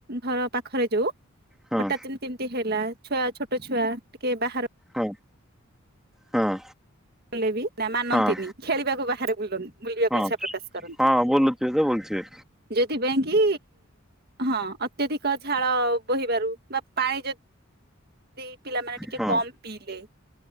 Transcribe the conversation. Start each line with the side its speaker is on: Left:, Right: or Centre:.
Right: ଘର ପାଖରେ ଯୋଉ।
Centre: ହଁ
Right: ହଠାତ୍ ତିନିଟି ହେଲା ଛୁଆ ଛୋଟ ଛୁଆ ଟିକେ ବାହାର।
Centre: ହଁ ହଁ।
Right: କଲେ ବି ନା ମାନନ୍ତିନି
Centre: ହଁ
Right: ଖେଳିବାକୁ ବାହାରେ ବୁଲନ୍ତି। ବୁଲିବାକୁ
Centre: ହଁ
Right: ଇଚ୍ଛା ପ୍ରକାଶ କରନ୍ତି
Centre: ହଁ ବୁଲୁଥିବେ ତ ବୁଲୁଥିବେ
Right: ଯଦି। ହଁ ଅତ୍ୟଧିକ ଝାଳ ବୋହିବାରୁ ବା ପାଣି ଯଦି। ପିଲାମାନେ ଟିକେ
Centre: ହଁ
Right: କମ ପିଇଲେ